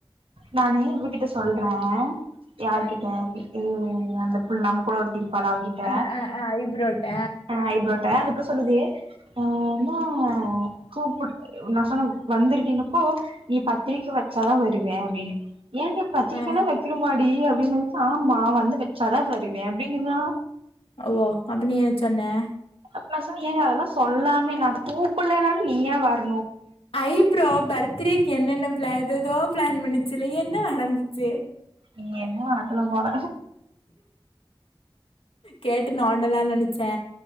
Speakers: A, on the right (about 75°); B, on the left (about 75°).
A: நானே இவகிட்ட சொல்றே யார்கிட்ட
B: யார்ட்ட
A: <unintelligible> ம் அந்த புள்ள நம்ம கூட ஒ இருப்பாலா அவகிட்ட
B: அ அ அ ஐப்ரோட்ட
A: ஆ ஐப்ரோட்ட அந்தப்புல்ல சொல்லுது <unintelligible> கூப்புட்டு நா சொன்ன வந்துருடின்னப்போ நீ பத்திரிக்க வச்சாதா வருவே அப்டின்னு ஏன்டி பத்திரிக்கைளா
B: அ
A: வெக்கனுமாடி அப் அப்புடினதுக்கு ஆமா வந்து வச்சாதா சரிவே அப்டிங்கிறா
B: வோ அப்ப நீ என சொன்ன
A: அப்ப நா சொன்னே ஏங்க அதெல்லா சொல்லாமே நாங்க கூப்புள்ளனாலு நீயா வர்னு
B: ஐப்ரோ பர்த்டேக்கு என்னென்ன ப்ளான் எதேதோ ஃப்ளான் பண்ணிச்சுல என்ன நடந்துச்சு
A: நீ என்ன <unintelligible> போல
B: கேட்டு நோன்டெல்லானு நெனச்சே